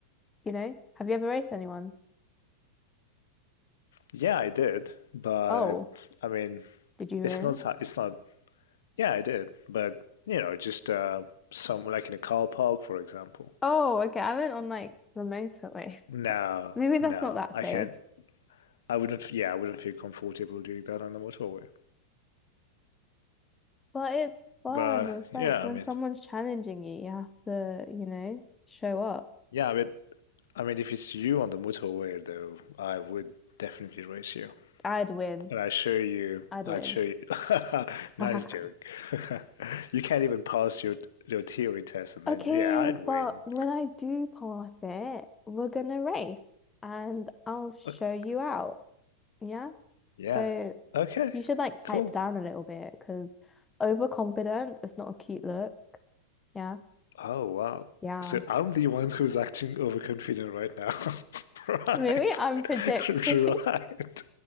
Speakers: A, on the left; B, on the left.
A: You know? Have you ever raced anyone?
B: yeah, I did, but
A: Oh,
B: I mean,
A: did you win?
B: it's not it's not Yeah, I did. But, you know, just uh, some like in a car park, for example.
A: Oh, okay. I went on like the motorway.
B: No,
A: <laughs> Maybe that's
B: no,
A: not that
B: I
A: safe.
B: can't. I wouldn't, yeah, I wouldn't feel comfortable doing that on the motorway.
A: But it's fun.
B: But
A: It's
B: yeah,
A: like when
B: I mean,
A: someone's challenging you, you have to, you know, show up.
B: yeah, I mean, I mean, if it's you on the motorway, though, I would definitely race you.
A: I'd win.
B: And I show you,
A: I'd
B: I'd
A: win.
B: show you. <laughs> Nice
A: <laughs>
B: joke. <laughs> You can't even pass your your theory test, and
A: Okay,
B: then yeah, I'd win.
A: but when I do pass it, we're gonna race and I'll show
B: Okay.
A: you out. Yeah?
B: Yeah.
A: So
B: Okay.
A: you should like pipe
B: Cool.
A: down a little bit because overconfidence is not a cute look. Yeah.
B: Oh, wow.
A: Yeah.
B: So I'm the one who's acting overconfident right now. <laughs>
A: <laughs>
B: Right.
A: Maybe I'm projecting.
B: <laughs> Right.